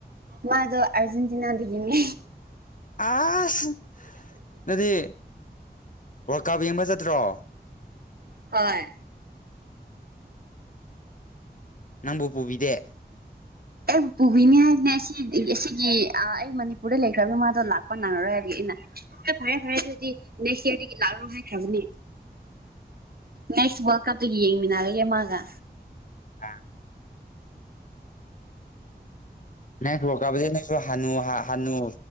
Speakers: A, on the right; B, on the left.
A: ꯃꯥꯗꯣ ꯑꯥꯔꯖꯦꯟꯇꯤꯅꯥꯗꯒꯤꯅꯦ
B: ꯑꯥꯁ ꯅꯣꯏꯗꯤ ꯋꯥꯔꯜꯀꯞ ꯌꯦꯡꯕ ꯆꯠꯇ꯭ꯔꯣ
A: ꯍꯣꯏ
B: ꯅꯪꯕꯨ ꯄꯨꯕꯤꯗꯦ
A: ꯑꯩ ꯄꯨꯕꯤꯅꯤ ꯍꯥꯏꯕꯅꯦ ꯁꯤ ꯑꯁꯤꯒꯤ ꯑꯥ ꯑꯩ ꯃꯅꯤꯄꯨꯔꯗ ꯂꯩꯈ꯭ꯔꯕ ꯏꯃꯥꯗꯣ ꯂꯥꯛꯄ ꯅꯪꯉꯔꯣꯏ ꯍꯥꯏꯕꯒꯤ ꯑꯩꯅ ꯍꯣꯏ ꯐꯥꯔꯦ ꯐꯥꯔꯦ ꯑꯗꯣꯏꯗꯤ ꯅꯦꯛꯁ ꯏꯔꯗꯒꯤ ꯂꯥꯛꯔꯣ ꯍꯥꯏꯈ꯭ꯔꯕꯅꯦ ꯅꯦꯛꯁ ꯋꯥꯔꯜ ꯀꯞꯇꯒꯤ ꯌꯦꯡꯃꯤꯟꯅꯔꯒꯦ ꯃꯥꯒ
B: ꯑꯥ ꯅꯦꯛꯁ ꯋꯥꯔꯀꯞꯇꯗꯤ ꯅꯪꯁꯨ ꯍꯅꯨ ꯍꯅꯨ